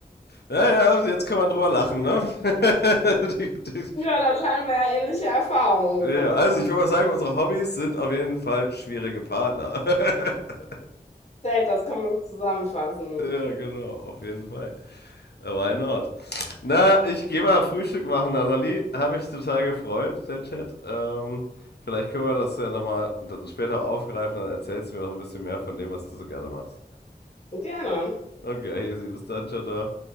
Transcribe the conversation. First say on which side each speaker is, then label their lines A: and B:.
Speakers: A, on the left; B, on the left.
A: Ja, ja, jetzt kann man drüber lachen, ne? <laughs> die, die,
B: Ja, da scheinen wir ja ähnliche Erfahrungen
A: ja,
B: gesammelt
A: also
B: zu haben.
A: ich würde mal sagen, unsere Hobbys sind auf jeden Fall schwierige Partner. <laughs>
B: Safe, Das können wir so zusammenfassen.
A: ja, genau, auf jeden Fall. Äh, Why not? Na, ich gehe mal Frühstück machen, Nathalie. Habe ich total gefreut, der Chat. Ähm, vielleicht können wir das ja nochmal später aufgreifen, dann erzählst du mir noch ein bisschen mehr von dem, was du so gerne machst.
B: Gerne.
A: Okay, easy. Bis dann, ciao, ciao.